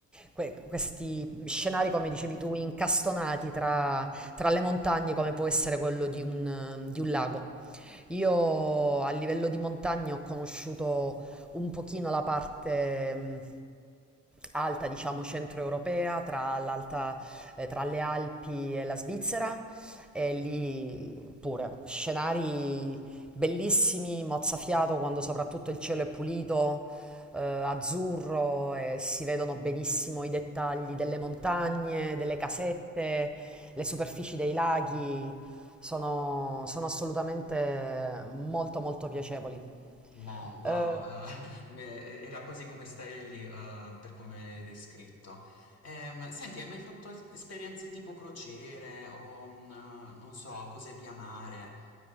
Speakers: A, in the centre; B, on the left.
A: que- questi scenari, come dicevi tu, incastonati tra tra le montagne come può essere quello di un, di un lago. Io a livello di montagne ho conosciuto un pochino la parte mh, alta, diciamo centroeuropea, tra l'alta, eh, tra le Alpi e la Svizzera, e lì pure scenari bellissimi, mozzafiato quando soprattutto il cielo è pulito, eh, azzurro e si vedono benissimo i dettagli delle montagne, delle casette, le superfici dei laghi. Sono, sono assolutamente molto molto piacevoli.
B: Mo, wow,
A: Eh,
B: eh, <laughs> me- era quasi come stare lì, eh, per come l'hai descritto. Ehm, senti, hai mai fatto es- esperienze tipo crociere o, mm, eh, non so, cose via mare?